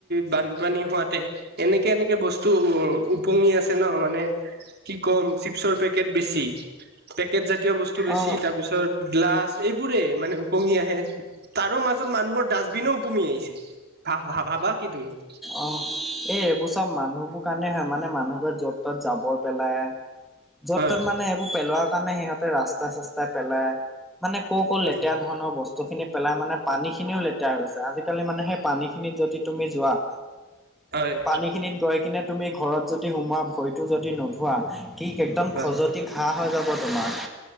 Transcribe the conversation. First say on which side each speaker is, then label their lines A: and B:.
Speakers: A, on the right; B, in the centre.
A: বানপানী হোৱাতে', এনেকে-এনেকে বস্তু ও', - ওপঙি আছে ন মানে', কি ক'ম, চিপছৰ পেকেট বেছি, পেকেট জাতীয় বস্তু বেছি
B: অ
A: তাৰপিছত', তোৰ গ্লাছ এইবোৰে মানে ওপঙি আহে', তাৰো মাজত মানুহৰ ডাষ্টবিনো ওপঙি আহিছে, ভা', -ভাব', -ভাবা কি তুমি',
B: অ', পিইইই', এই এইবোৰ চব মানুহবোৰ কাৰণে হয় মানে মানুহবোৰে য'ত ত'ত' জাবৰ পেলাই', য'ত
A: হয়
B: ত'ত মানে সেইবোৰ পেলোৱাৰ কাৰণে সিহঁতে ৰাস্তাই-চস্তাই পেলাই, মানে কৈ', - কৈ',
A: হয়
B: লেতেৰা', ধৰণৰ বস্তুখিনি পেলাই মানে পানীখিনিও লেতেৰা হৈ গৈছে, আজিকালি মানে সেই পানীখিনিত যদি তুমি যোৱা',
A: হয়',
B: পানীখিনিত গৈ কিনে তুমি ঘৰত যদি সোমোৱা, ভৰিটো যদি নোধোৱা কি একদম
A: হয়
B: খজুৱতি', ঠিক, ঘাঁহ হৈ যাব তোমাৰ',